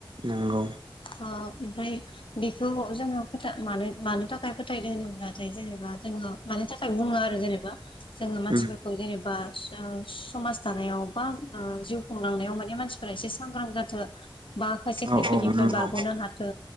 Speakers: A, on the right; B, on the left.
A: नंगौ
B: अ ओमफ्राय बेखौ जोङो फो मानो मानो थाखाय फोथायदों होनोब्लाथाय जेनेबा जोङो मानि थाखाय बुङो आरो जेनेबा जोङो मानसिफोरखौ
A: उम
B: जेनेबा समाज दानायाव बा जिउ खुंलांनायाव माने मानसिफोरा एसे सांग्रां जाथों बा खायसे खैफोदनिफ्राय
A: औ औ नंगौ
B: बारग'नो हाथों